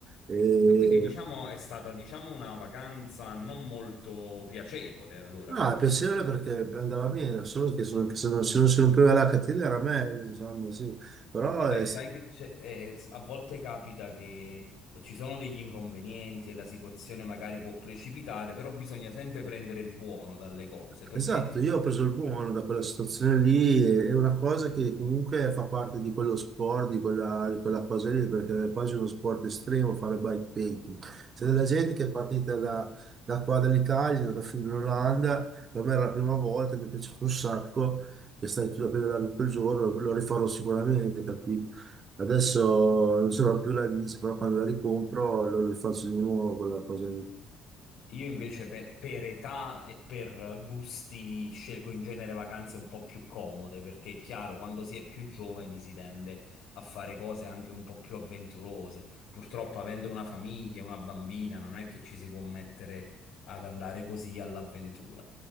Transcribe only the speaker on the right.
E,
no,
è
piacevole
perché andava bene, solo che sono- se non, se non si rompeva la catena era meglio, insomma, sì. Però
è,
Esatto, io ho preso il buono da quella situazione lì, e- è una cosa che comunque fa parte di quello sport, di quella, di quella cosa lì, perché è quasi uno sport estremo fare bikepacking. C'è della gente che è partita da, da qua dall'Italia, è andata fino in Olanda, per me era la prima volta, mi è piaciuto un sacco, che stai tu a pedalare tutto il giorno, lo rifarò sicuramente, capito? Adesso non ce l'ho più la bici, però quando la ricompro lo, lo faccio di nuovo quella cosa lì.